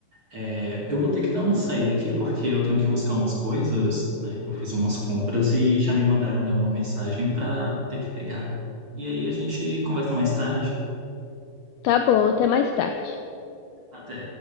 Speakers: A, on the right; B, on the left.
A: É, eu vou ter que dar uma saída aqui porque eu tenho que buscar umas coisas, né? Eu fiz umas compras e já me mandaram, né, uma mensagem para ter que pegar. E aí a gente conversa mais tarde.
B: Tá bom, até mais tarde.
A: Até.